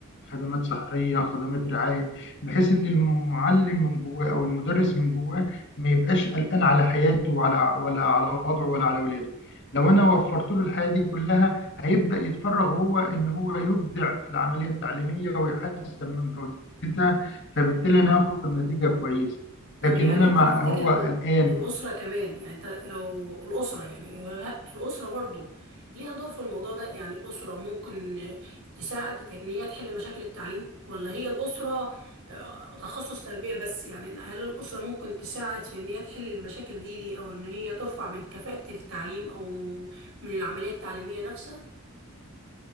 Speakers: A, on the left; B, on the right.
A: خدمات صحية خدمات رعاية بحيث إن المعلم من جواه أو المدرس من جواه ما يبقاش قلقان على حياته ولا ولا على وضعه ولا على ولاده لو أنا وفرت له الحياة دي كلها هيبدأ يتفرغ هو إن هو يبدع في العملية التعليمية ويحسن من جودتها فبالتالي أنا هاخد نتيجة كويسة
B: طب
A: لكن
B: يعني
A: أنا
B: انت
A: ما
B: تفتكر
A: هو
B: ان
A: قلقان
B: ال- والاسره كمان يعني انت لو الاسره يعني ه- الاسره برضو ليها دور في الموضوع ده يعني الاسره ممكن آه، تساعد في ان هي تحل مشاكل التعليم ولا هي الاسره آه، تخصص تربيه بس يعني ان هل الاسره ممكن تساعد في ان هي تحل المشاكل دي دي او ان هي ترفع من كفاءه التعليم او من العمليه التعليميه نفسها